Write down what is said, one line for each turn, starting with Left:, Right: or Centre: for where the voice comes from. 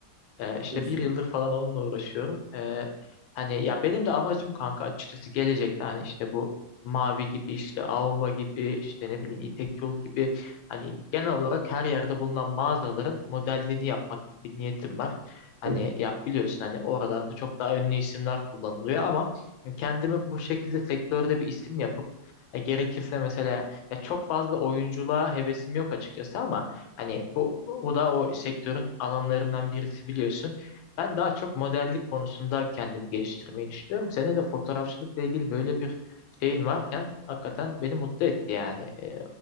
Left: Ee, işte
Right: Çok güzel.
Left: bir yıldır falan onunla uğraşıyorum. Ee, hani ya benim de amacım kanka açıkçası gelecekte hani işte bu Mavi gibi işte Avva gibi işte ne bileyim İpek Yol gibi hani genel olarak her yerde bulunan mağazaların modelliğini yapmak gibi bir niyetim var. Hani
Right: Çok güzel.
Left: yap biliyorsun hani oralarda çok daha ünlü isimler kullanılıyor ama kendimi bu şekilde sektörde bir isim yapıp e, gerekirse mesela ya çok fazla oyunculuğa hevesim yok açıkçası ama Hani bu, bu da o sektörün alanlarından birisi biliyorsun. Ben daha çok modellik konusunda kendimi geliştirmeyi düşünüyorum. Senin de fotoğrafçılıkla ilgili böyle bir şeyin varken hakikaten beni mutlu etti yani. Ee,